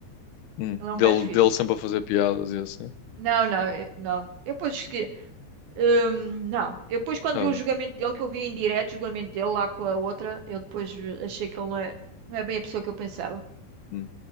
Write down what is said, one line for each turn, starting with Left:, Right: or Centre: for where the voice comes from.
Left: Hum,
Right: ele é um
Left: dele,
Right: gajo fixe.
Left: dele sempre a fazer piadas e assim.
Right: Não, não, eh, não. Eu depois esque- hum, não. Eu depois quando
Left: Ah,
Right: vi o
Left: bem.
Right: julgamento dele, que eu vi em direto o julgamento dele lá com a outra, eu depois vi- achei que ele não é, não é bem a pessoa que eu pensava.
Left: Hum,